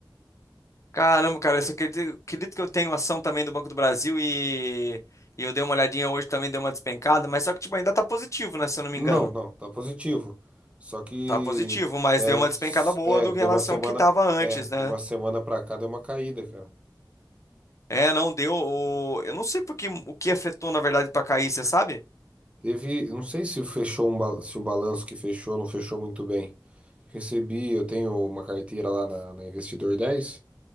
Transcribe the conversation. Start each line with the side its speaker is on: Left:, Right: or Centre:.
Left: Caramba, cara, eu só acredito, acredito que eu tenho ação também do Banco do Brasil e, e eu dei uma olhadinha hoje também, deu uma despencada, mas só que tipo, ainda tá positivo, né? Se eu não me
Right: Não,
Left: engano.
Right: não, tá positivo. Só que
Left: Tá positivo, mas
Right: é,
Left: deu uma despencada
Right: s-
Left: boa
Right: é,
Left: do
Right: deu
Left: que relação
Right: uma semana,
Left: ao que tava antes,
Right: é, de
Left: né?
Right: uma semana pra cá deu uma caída, cara.
Left: É, não deu. O, eu não sei por que, o que afetou, na verdade, pra cair, você sabe?
Right: Teve, eu não sei se fechou um, ba- se o balanço que fechou não fechou muito bem. Recebi, eu tenho uma carteira lá na, na Investidor Dez